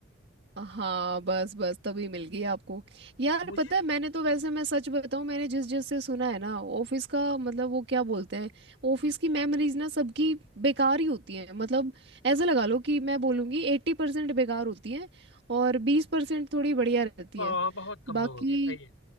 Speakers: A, on the right; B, on the left.
A: हाँ बस बस तभी मिल गई आपको यार
B: मुझे
A: पता है मैंने तो वैसे मैं सच बताऊं मैंने जिस जिस से सुना है ना ऑफिस का मतलब वो क्या बोलते हैं ऑफिस की मेमोरीज ना सबकी बेकार ही होती हैं मतलब ऐसे लगा लो कि मैं बोलूँगी एट्टी परसेंट बेकार होती हैं और बीस परसेंट थोड़ी बढ़िया रहती
B: आ,
A: हैं
B: बहुत कम
A: बाकी
B: लोगों की सही है